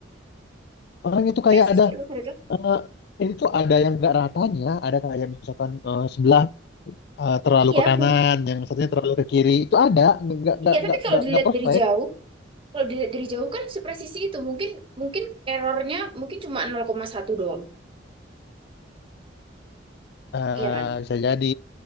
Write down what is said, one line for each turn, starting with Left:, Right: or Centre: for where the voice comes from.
Left: orang itu
Right: presisi
Left: kayak ada
Right: loh mereka.
Left: eh, ini tuh ada yang nggak ratanya ada kayak misalkan eh, sebelah eh, terlalu
Right: Iya,
Left: ke kanan
Right: mu-
Left: yang satunya terlalu ke kiri itu ada nggak nggak
Right: iya. Tapi
Left: nggak
Right: kalau
Left: nggak
Right: dilihat
Left: nggak perfect
Right: dari jauh, kalau dilihat dari jauh kan sepresisi itu mungkin mungkin errornya mungkin cuma nol koma satu doang,
Left: Eh,
Right: iya kan?
Left: bisa jadi